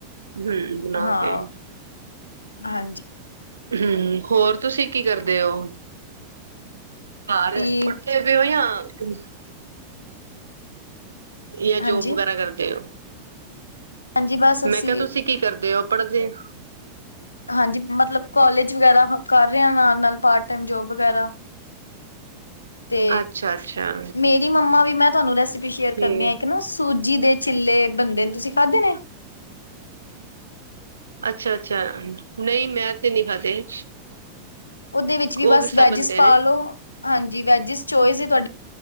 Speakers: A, on the right; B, on the left.
A: ਹੂੰ ਬਣਾ
B: ਹਾਂ
A: ਕੇ।
B: ਹਾਂਜੀ।
A: ਹੂੰ, ਹੋਰ ਤੁਸੀਂ ਕੀ ਕਰਦੇ ਹੋ, ਘਰ
B: ਤੇ
A: ਪੱਠੇ <inaudible> ਜਾਂ ਜੋਬ
B: ਹਾਂਜੀ
A: ਵਗੈਰਾ ਕਰਦੇ ਹੋ।
B: ਹਾਂਜੀ ਬਸ ਅਸੀਂ
A: ਮੈਂ ਕਿਹਾ ਤੁਸੀਂ ਕੀ ਕਰਦੇ ਓ, ਪੜ੍ਹਦੇ ਓ।
B: ਹਾਂਜੀ, ਮਤਲੱਬ ਕੋਲੇਜ ਵਗੈਰਾ ਕਰ ਰਿਹਾ, ਨਾਲ-ਨਾਲ ਪਾਰਟ ਟੈਮ ਜੋਬ ਵਗੈਰਾ। ਤੇ
A: ਅੱਛਾ ਅੱਛਾ
B: ਮੇਰੀ ਮੰਮਾ ਵੀ, ਮੈਂ ਤੁਹਾਨੂੰ ਰੈਸਿਪੀ ਸ਼ੇਅਰ
A: ਠੀਕ
B: ਕਰਨੀ ਆ ਇੱਕ ਨਾ। ਸੂਜ਼ੀ ਦੇ ਚਿੱਲੇ ਬਣਦੇ ਨੇ, ਤੁਸੀਂ ਖਾਧੇ ਨੇ।
A: ਅੱਛਾ-ਅੱਛਾ, ਨਈ ਮੈਂ ਤੇ ਨੀ ਖਾਧੇ।
B: ਉਦੇ ਵਿੱਚ ਵੀ
A: ਉਹ
B: ਬਸ
A: ਕਿੱਸਾ
B: ਵੈਜਸ
A: ਬੰਦੇ
B: ਪਾ
A: ਨੇ
B: ਲੋੋ, ਹਾਂਜੀ ਵੈਜਸ ਚੇਇਸ ਤੁਹਾਡੀ।